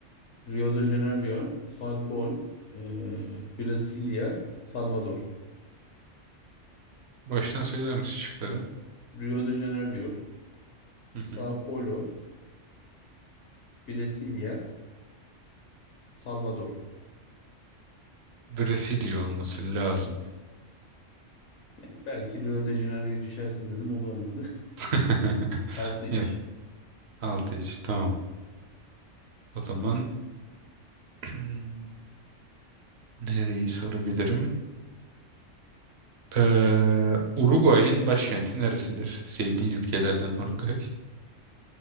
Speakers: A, on the left (about 70°); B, on the right (about 60°).
A: Rio de Janeiro, São Paulo, ee, Brasilia, Salvador.
B: Baştan söyler misin şıkları?
A: Rio de Janeiro,
B: Hı
A: São
B: hı.
A: Paulo, Brasilia, Salvador.
B: Brezilya olması lazım.
A: Yani belki Rio de Janeiro'ya düşersin dedim o da olmadı.
B: <laughs>
A: <laughs> Altı iç.
B: Yok 6-3 tamam. O zaman <clears throat> nereyi sorabilirim? Ee, Uruguay'ın başkenti neresidir? Sevdiğin ülkelerden Uruguay.